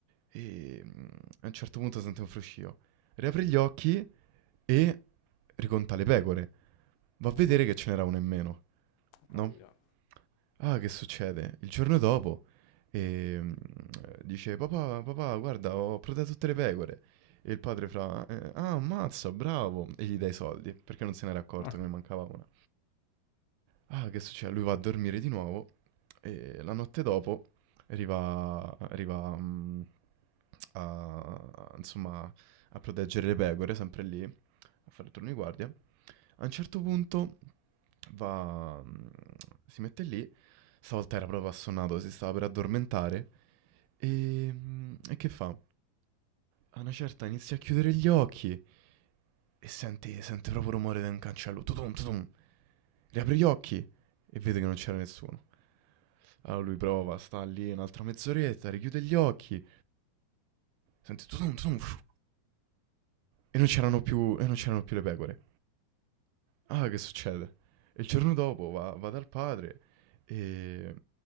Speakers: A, on the right; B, on the left.
A: e mm, a un certo punto sente un fruscio. Riapre gli occhi e riconta le pecore. Va a vedere
B: mhm.
A: che ce n'era una in meno no?
B: Ovvio.
A: Ah, che succede? Il giorno dopo ehm, dice: Papà, papà, guarda, ho protetto tutte le pecore. E il padre fa: "Eh, Ah, ammazza, bravo! E gli dai i soldi perché non se n'era accorto
B: Ah.
A: che ne
B: <laughs>
A: mancava una. Ah, che succede? Lui va a dormire di nuovo e la notte dopo arriva, arriva mm, a, insomma, a proteggere le pecore, sempre lì, a fare il turno di guardia. A un certo punto va, mm, si mette lì, stavolta era proprio assonnato, si stava per addormentare e, mm, e che fa? A una certa inizia a chiudere gli occhi e sente, sente proprio il rumore da un cancello, tutum, tutum, riapre gli occhi e vede che non c'era nessuno. Allora lui prova, sta lì un'altra mezz'oretta, richiude gli occhi, sente tutum, tutum, fiu, e non c'erano più, e non c'erano più le pecore. Ah, che succede? E il giorno dopo va, va dal padre e,